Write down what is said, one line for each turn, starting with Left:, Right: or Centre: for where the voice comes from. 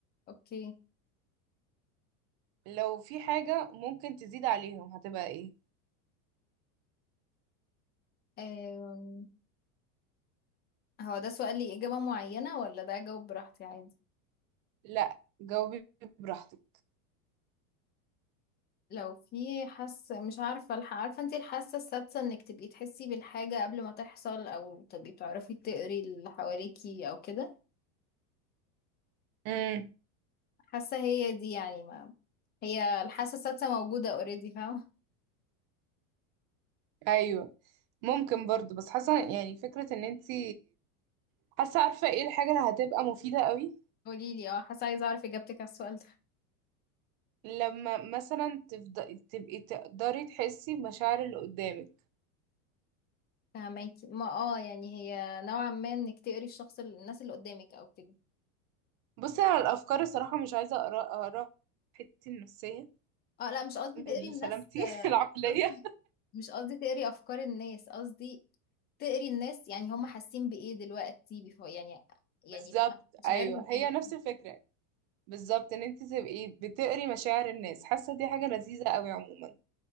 Left: اوكي
Right: لو في حاجة ممكن تزيد عليهم هتبقى ايه
Left: أم... هو ده سؤال لي اجابة معينة ولا ده اجاوب براحتي عادي
Right: لا جاوبي براحتك
Left: لو في حاسة مش عارفة الح... عارفة انتي الحاسة السادسة انك تبقي تحسي بالحاجة قبل ما تحصل او تبقي بتعرفي تقري اللي حواليكي او كده
Right: امم
Left: حاسة هي دي يعني ما هي الحاسة السادسة موجودة اوريدي فاهمة
Right: ايوه ممكن برضو بس حاسة يعني فكرة ان انتي حاسة عارفة ايه الحاجة اللي هتبقى مفيدة قوي
Left: قوليلي اه حاسة عايزة اعرف اجابتك على السؤال ده
Right: لما مثلا تفض... تبقي تقدري تحسي بمشاعر اللي قدامك
Left: فهماكي ما اه يعني هي نوعا ما انك تقري الشخص ال- الناس اللي قدامك او كده
Right: بصي انا الافكار الصراحة مش عايزة اقرا اقرا حتتي النفسية
Left: اه لا مش قصدي تقري
Right: لسلامتي
Left: الناس آه،
Right: <laughs> العقلية
Left: قصدي مش قصدي تقري افكار الناس قصدي تقري الناس يعني هم حاسين بايه دلوقتي بيفو يعني يعني
Right: بالظبط
Left: مشاعرهم
Right: ايوه هي
Left: ايه
Right: نفس الفكرة بالظبط ان انت تبقي بتقري مشاعر الناس حاسه دي حاجه لذيذه قوي عموما